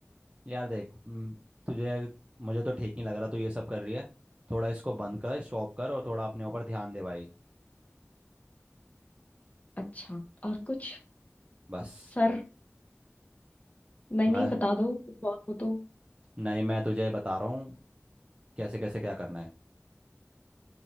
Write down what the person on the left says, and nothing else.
अच्छा और कुछ
सर नहीं
नहीं बता दो कुछ और हो तो